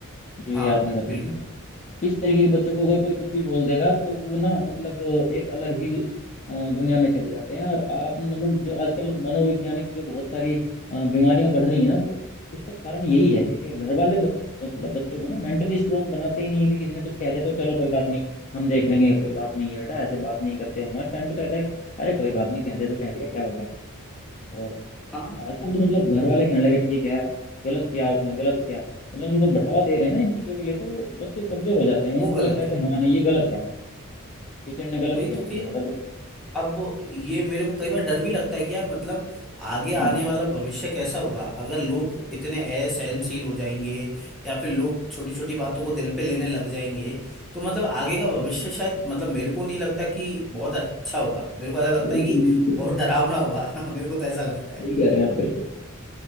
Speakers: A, on the left; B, in the centre.
A: जो ये
B: हाँ
A: आपने बताया
B: बिल्कुल
A: इस तरीके के बच्चों को अगर कोई कुछ भी बोल देगा तो वो ना मतलब एक अलग ही अ, दुनिया में चले जाते हैं और आप मतलब जो आजकल मनोवैज्ञानिक जो बहुत सारी अ, बीमारियां बढ़ रही हैं ना वो उसका कारण यही है क्योंकि घर वाले बच, मतलब बच्चों को ना मेंटली स्ट्रोंग बनाते ही नहीं है कि किसी ने कुछ कह दे तो चलो कोई बात नहीं हम देख लेंगे कोई बात नहीं है बेटा ऐसे बात नहीं करते हमारे टाइम पे तो ऐसा है, अरे कोई बात नहीं कह दे तो कह दिया क्या हो गया और
B: हाँ
A: आजकल तो मतलब घर वाले कहने लगे ठीक है गलत किया उसने गलत किया मतलब उनको बढ़ावा दे रहे हैं ना इन चीजों के लिए तो बच्चे कमजोर हो जाते हैं
B: वो
A: उनको
B: गलत
A: भी लगता है
B: है
A: कि हाँ नहीं ये गलत है टीचर ने गलत
B: वही
A: किया
B: तो
A: हमारे
B: कि
A: साथ अगर
B: अब वो- ये मेरे को कई बार डर भी लगता है कि यार मतलब आगे आने
A: हम्म
B: वाला भविष्य कैसा होगा अगर लोग इतने असहनशील हो जाएंगे या फिर लोग छोटी छोटी बातों को दिल पे लेने लग जाएंगे तो मतलब आगे का भविष्य शायद मतलब मेरे को नहीं लगता कि बहुत अच्छा होगा मेरे को ऐसा लगता
A: बिल्कुल
B: है कि
A: बिल्कुल
B: बहुत डरावना होगा <laughs> मेरे को तो ऐसा लगता है
A: सही कह रहे हैं आप बिल्कुल